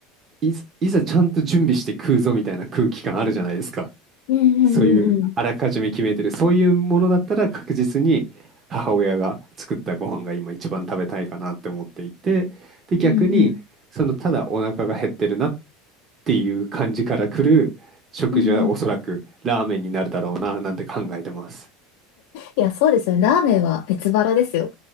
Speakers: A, on the right; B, on the left.
A: いざ、いざちゃんと準備して食うぞみたいな空気感あるじゃないですか。
B: んうんうんうん。
A: そういうあらかじめ決めてる、そういうものだったら確実に母親が作ったご飯が今一番食べたいかなって思っていて、で、逆に、
B: うんうん。
A: そのただお腹が減ってるなっていう感じから来る食事はおそらくラーメンになるだろうななんて考えてます。
B: うんうん。いや、そうですよね。ラーメンは別腹ですよ。